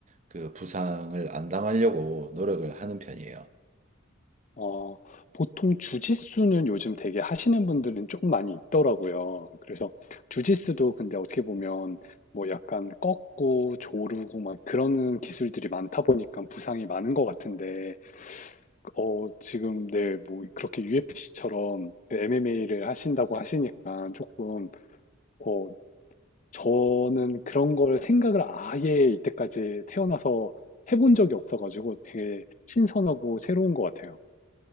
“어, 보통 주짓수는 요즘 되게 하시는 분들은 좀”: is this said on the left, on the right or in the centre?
Left